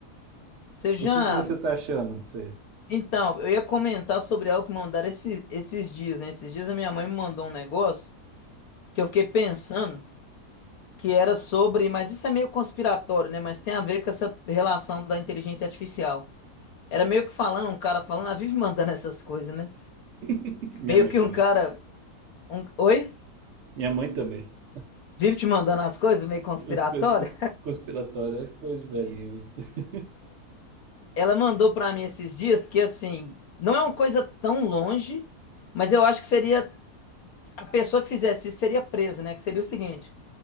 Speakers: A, on the left; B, on the right.
A: Você já.
B: O que que você tá achando disso aí?
A: Então, eu ia comentar sobre algo que me mandaram esses, esses dias, né? Esses dias a minha mãe me mandou um negócio que eu fiquei pensando que era sobre. Mas isso é meio conspiratório, né? Mas tem a ver com essa relação da inteligência artificial. Era meio que falando, um cara falando, ah, vive mandando essas coisas, né?
B: <laughs> Minha
A: Meio
B: mãe
A: que
B: também.
A: um cara. Um, oi?
B: Minha mãe também.
A: Vive te mandando as coisas, meio conspiratório?
B: As coisas co- conspiratórias é coisa de velhinho. velho.
A: Ela mandou pra mim esses dias que, assim, não é uma coisa tão longe, mas eu acho que seria a pessoa que fizesse isso seria preso, né? Que seria o seguinte: